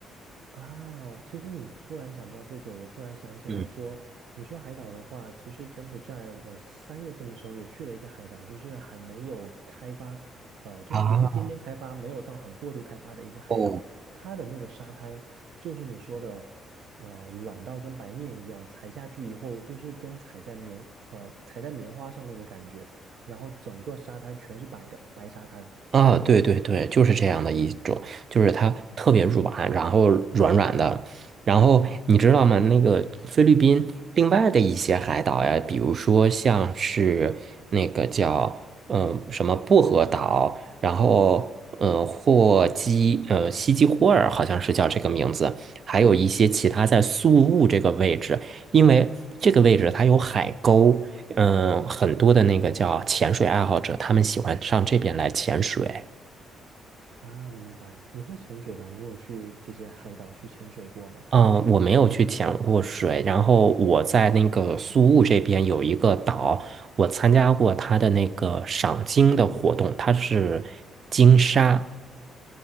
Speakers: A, on the right; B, on the right.
A: 啊，其实你突然讲到这个，我突然想起来说，
B: 嗯。
A: 你说海岛的话，其实柬埔寨我三月份的时候也去了一个海岛，就是还没有开发，呃，就是有一点点开发，
B: 啊，
A: 没有到很过度开发的一个海岛，
B: 哦，
A: 它的那个沙滩就是你说的，呃，软到跟白面一样，踩下去以后就是跟踩在棉，呃，踩在棉花上那种感觉，然后整个沙滩全是白的，白沙滩。
B: 啊，对对对，就是这样的一种，就是它特别软，然后软软的，然后你知道吗？那个菲律宾另外的一些海岛呀，比如说像是那个叫嗯什么薄荷岛，然后呃霍基呃西基霍尔好像是叫这个名字，还有一些其他在宿雾这个位置，因为这个位置它有海沟。嗯，很多的那个叫潜水爱好者，他们喜欢上这边来潜水。
A: 啊，明白。你会潜水吗？你有去这些海岛去潜水过吗？
B: 嗯，呃我没有去潜过水，然后我在那个苏雾这边有一个岛，我参加过它的那个赏鲸的活动，它是鲸鲨，